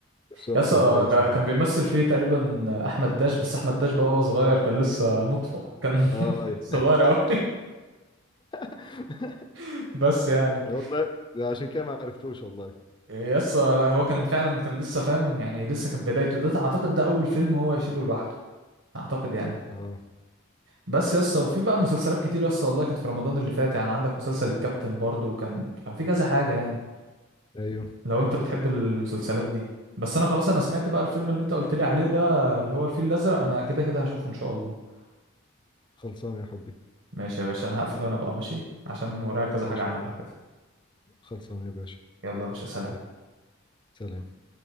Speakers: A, on the left; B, on the right.
A: بس هو
B: يسا
A: كان كويس
B: كا-
A: يعني
B: كان بيمثل فيه تقريبا احمد داش بس احمد داش بقى وهو صغير كان لسه نطفة كان <laughs>
A: اه أيوه.
B: صغير قوي
A: <laughs>
B: <laughs> بس يعني
A: والله ده عشان كده ما عرفتوش والله
B: يسا لا، هو كان فعلا كان لسه فاهم يعني لسه كانت بدايته ده اعتقد ده اول فيلم هو يشيله لوحده اعتقد يعني
A: اه
B: بس يا اسطى وفي بقى مسلسلات كتير يا اسطى والله كانت في رمضان اللي فات يعني عندك مسلسل الكابتن برضو وكان كان في كذا حاجة يعني
A: ايوه
B: لو انت بتحب المسلسلات دي بس انا خلاص انا سمعت بقى الفيلم اللي انت قلت لي عليه ده اللي هو الفيل الازرق انا كده كده هشوفه ان شاء الله
A: خلصان يا حبي
B: ماشي يا باشا انا هقفل انا بقى ماشي عشان ورايا كذا
A: ماشي
B: حاجة اعملها
A: يا اخويا
B: كده
A: خلصان يا باشا
B: يلا يا باشا سلام
A: يلا سلام